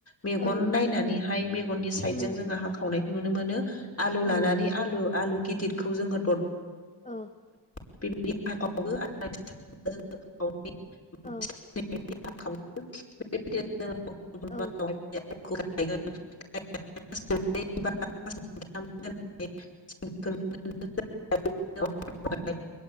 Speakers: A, on the left; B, on the left.
A: मेगन
B: औ
A: नायनानैहाय मेगननि साइद
B: उम
A: जों जोङो हाखावनाय नुनो मोनो आलु
B: औ
A: लानानै आलु आलु गिदिर खौ जोङो द
B: औ
A: <unintelligible> <unintelligible>
B: औ
A: <unintelligible> <unintelligible>
B: औ
A: <unintelligible> <unintelligible> <unintelligible> <unintelligible>